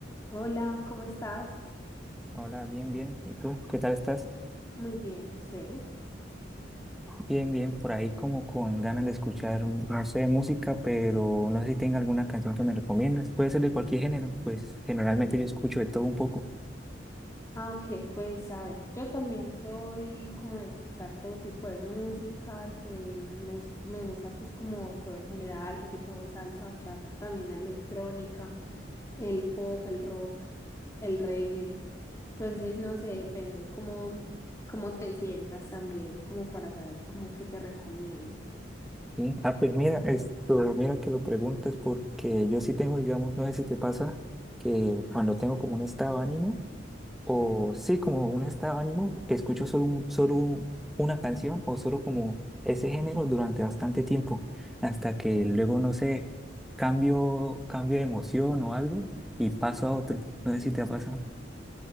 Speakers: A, on the left; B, in the centre.
A: Hola, ¿cómo estás?
B: Hola, bien, bien. ¿Y tú? ¿Qué tal estás?
A: Muy bien, sí.
B: Bien, bien. Por ahí como con ganas de escuchar, no sé, música, pero no sé si tenga alguna canción que me recomiendas. Puede ser de cualquier género, pues generalmente yo escucho de todo un poco.
A: Ah, ok, pues a ver, yo también soy como de escuchar todo tipo de músicas, eh, me, es- me gusta pues como todo en general, reggaetón, salsa, bachata, también la electrónica, el pop, el rock, el reggae. Entonces, no sé, depende cómo, cómo te sientas también, como para saber cómo que te recomiendo.
B: Sí. Ah, pues mira, esto, mira que lo preguntas porque yo sí tengo, digamos, no sé si te pasa que
A: Ujú.
B: cuando tengo como un estado de ánimo, o sí, como un estado de ánimo, escucho solo, un- solo un- una canción o solo como ese género durante bastante tiempo, hasta que luego, no sé, cambio, cambio de emoción o algo y paso a otro. No sé si te ha pasado.